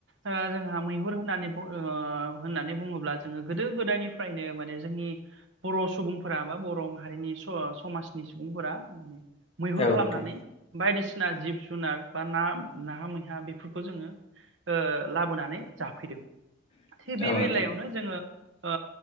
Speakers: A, on the right; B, on the left.
A: ओ जोंहा मैहुर होननानै ओ होननानै बुङोब्ला जोङो गोदो गोदायनिफ्रायनो माने जोंनि बर' सुबुंफोरा बा बर' मारिनि स समाजनि सुबुंफोरा माने। मैहुर
B: औ
A: खालामनानै
B: नोंथां
A: बायदिसिना जिब जुनार बा ना ना मैहा बेफोरख खौ जोङो ओ लाबोनानै जाफैदों थिग बे
B: औ
A: बेलायावनो
B: नोंथां
A: जोङो ओ